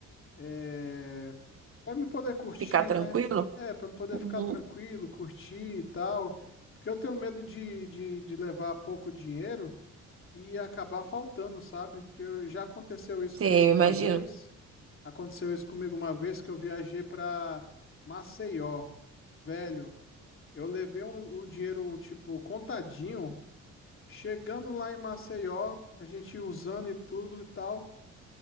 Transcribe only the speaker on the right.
Ficar tranquilo?
Uhum.
Sim,
eu
imagino.